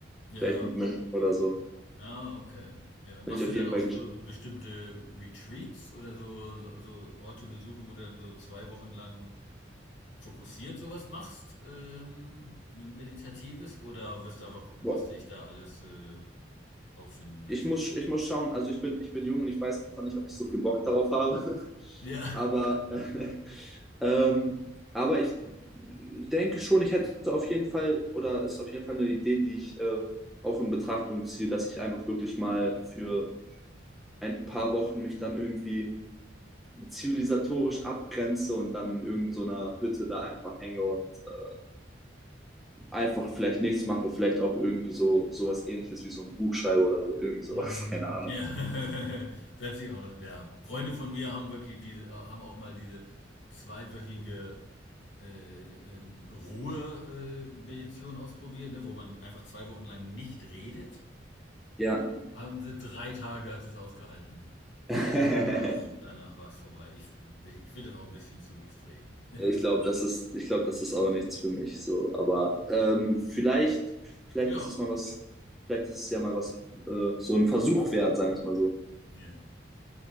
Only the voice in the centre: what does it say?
Vielleicht mit Mönchen oder so.
Bin ich auf
jeden
Fall
gespannt.
ich muss, ich muss schauen, also ich bin, ich bin jung und ich weiß noch nicht, ob ich so viel Bock darauf habe. <laughs>
aber, äh, ähm, aber ich denke schon, ich hätte auf jeden Fall, oder ist auf jeden Fall eine Idee, die ich äh, auch in Betrachtung ziehe, dass ich einfach wirklich mal für ein paar Wochen mich dann irgendwie zivilisatorisch abgrenze und dann in irgendeiner Hütte da einfach hänge und äh, einfach vielleicht nichts mache, vielleicht auch irgendwie so sowas ähnliches wie so ein Buch schreibe oder so, irgendwie sowas,
<laughs> keine Ahnung.
Ja.
<laughs>
Ja, Ich glaube, das ist, ich glaube, das ist auch nichts für mich so. Aber ähm, vielleicht, vielleicht
ist es mal was, vielleicht ist es ja mal was, äh, so ein Versuch wert, sagen wir es mal so.